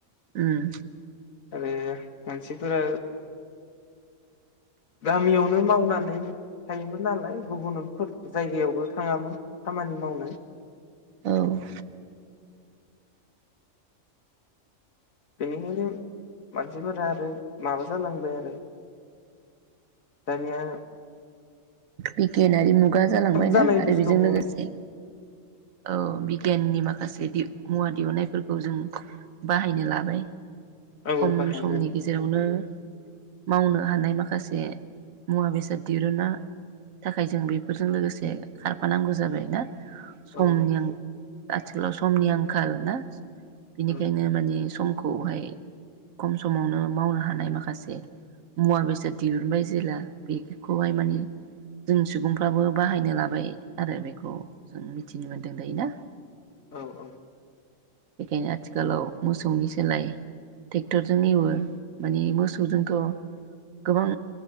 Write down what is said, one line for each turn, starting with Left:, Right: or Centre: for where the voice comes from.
Right: उम।
Left: आरो मानसिफोरा गामियावनो मावनानै थायोमोन नालाय गुबुनफोर जायगायावबो थाङामोन खामानि मावनो
Right: औ
Left: बेनिखायनो मानसिफोरा आरो माबा जालांबाय आरो दानिया
Right: बिगियानारि मुं गा जालांबायना
Left: थाब जानाय
Right: आरो
Left: बुस्थुखौ
Right: बेजों लोगोसे औ बिगियाननि मा माखासे मुवा दिहुनन्नायफोरखौ जों बाहायनो लाबाय
Left: औ
Right: खम
Left: बाहायनो
Right: समनि गेजेरावनो मावनो हानाय माखासे मुवा बेसाद दिरुना थाखाय जों बेफोरजों लोगोसे खारफानांगौ जाबाय ना सम
Left: औ
Right: आथिखालाव समनि आंखाल ना? बिनिखायनो
Left: औ
Right: माने सम खौहाय खम समावनो मावनो हानाय माखासे मुवा बेसाद दिहुनबाय जेब्ला बेखौहाय माने जों सुबुंफ्राबो बाहायनो लाबाय आरो बेखौ जों मिथिनो मोन्दों दायो ना?
Left: औ औ
Right: बेखायनो आथिखालाव मोसौनि सोलाय ट्रेक्टरजों एवो माने मोसौजोंथ' गोबां